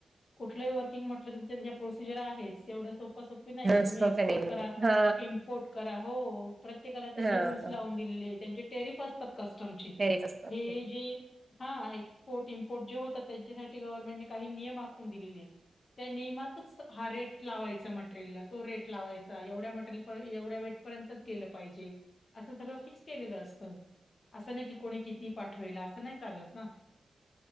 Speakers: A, on the left; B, on the right.
A: कुठलंही वर्किंग म्हटलं तुच्या. प्रोसिजर आहेच एवढं सोपं सोपी नाही की तुम्ही
B: सोप्या
A: एक्पोर्ट
B: नाही
A: करा
B: हा
A: इम्पोर्ट. करा हो प्रत्येकाला त्यांनी
B: हा
A: रूल्स लावून दिलेले त्यांचे टेरिफ असतात. कस्टमचे
B: फेरीच असतात
A: हे जे. हा हा एक्सपोर्ट इम्पोर्ट जे होतात त्यांच्यासाठी गव्हर्नमेंटने काही नियम आखून दिलेले. त्या नियमातच हा रेट लावायचा मटेरियलला तो रेट लावायचा एवढ्या मटेरियल. एवढ्या वेट पर्यंत केलं पाहिजे असं सगळं फिक्स केलेलं असतं‌. असं नाही की कोणी किती पाठवेल असं नाही चालत ना.